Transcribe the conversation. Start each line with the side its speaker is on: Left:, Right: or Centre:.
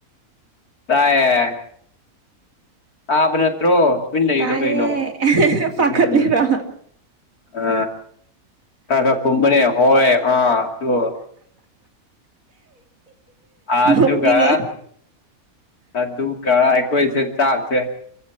Left: ꯇꯥꯏꯌꯦ ꯇꯥꯕ ꯅꯠꯇ꯭ꯔꯣ ꯀꯨꯏꯟ ꯂꯩꯔꯤꯗꯣ
Right: ꯇꯥꯏꯌꯦ
Left: ꯀꯩꯅꯣ
Right: ꯄꯥꯈꯠꯂꯤꯔꯣ
Left: ꯎꯝ ꯑ ꯇꯒ ꯀꯨꯝꯕꯅꯦ ꯍꯣꯏ ꯑꯥ ꯁꯨ ꯑꯥ
Right: ꯅꯣꯛꯅꯤꯡꯉꯦ
Left: ꯗꯨꯒ ꯑꯗꯨꯒ ꯑꯩꯈꯣꯏꯁꯦ ꯆꯥꯛꯁꯦ